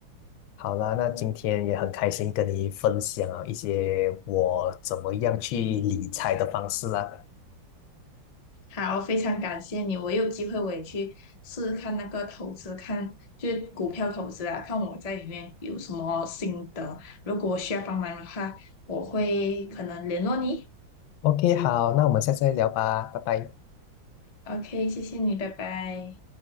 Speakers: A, on the left; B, on the left.
A: 好啦，那今天也很开心跟你分享啊一些我怎么样去理财的方式啦。
B: 好，非常感谢你，我有机会我也去试试看那个投资，看就是股票投资啊，看我在里面有什么心得。如果需要帮忙的话，我会可能联络你。
A: OK，好，那我们下次再聊吧，拜拜。
B: OK，谢谢你，拜拜。